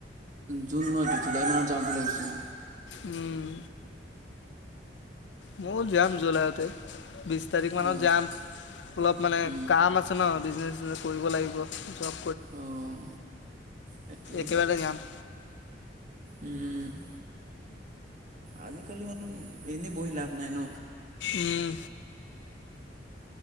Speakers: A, on the right; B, on the left.
A: জুন নতো জুলাই মানত যাাম বুলি ভাবিছোঁ।
B: উম', ম যাম জুলাই তে বিষ তাৰিখ মানত
A: অ
B: যাম অলপ মানে
A: উম,
B: কাম আছে ন। বিনেনে কৰিব লাগিব চব
A: অ', তাকেই
B: একে বটা যান
A: উম ', আজিকালি মানে এনেই বহি লাভ নাই ন।
B: উম',